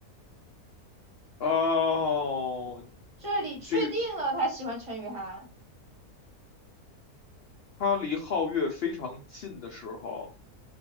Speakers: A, on the left; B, on the right.
A: 哦，
B: 这里确定了他喜欢陈雨涵，
A: 这个他离皓月非常近的时候，